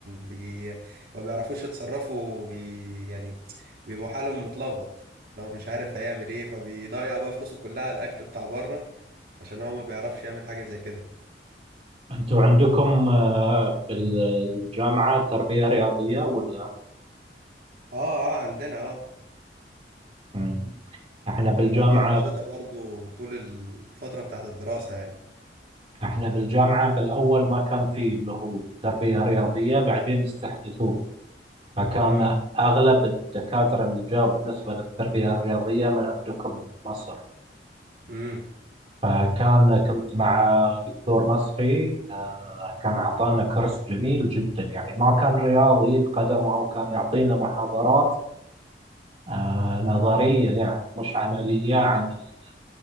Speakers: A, on the right; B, on the right.
A: بي... ما بيعرفوش يتصرفوا بي... يعني بيبقوا حالهم متلخبط لو مش عارف هيعمل ايه فبيضيع بقى فلوسه كلها على الأكل بتاع بره عشان هو ما بيعرفش يعمل حاجة زي كده
B: انتوا عندكم آه، بالجامعة تربية رياضية ولا؟
A: اه اه عندنا اه
B: مم. احنا بالجامعة
A: وبيبقى في أنشطة برضو طول الفترة بتاعت الدراسة يعني
B: احنا بالجامعة بالاول ما كان في اللي هو تربية رياضية بعدين استحدثوه فكان
A: امم
B: اغلب الدكاترة اللي جاوا بالنسبة للتربية الرياضية من عندكم من مصر
A: امم
B: فكان كنت مع دكتور مصري آه، كان أعطانا كورس جميل جدا يعني ما كان رياضي بقدر ما هو كان يعطينا محاضرات آه، نظرية يعني مش عملية عن ال-